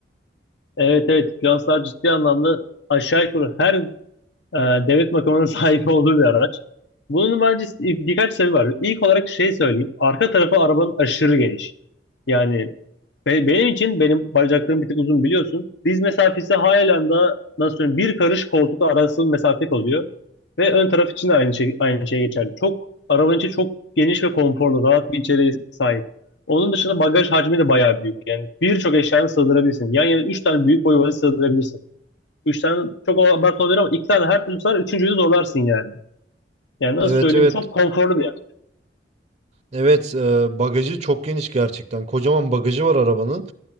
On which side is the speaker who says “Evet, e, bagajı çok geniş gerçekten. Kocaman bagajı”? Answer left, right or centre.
Right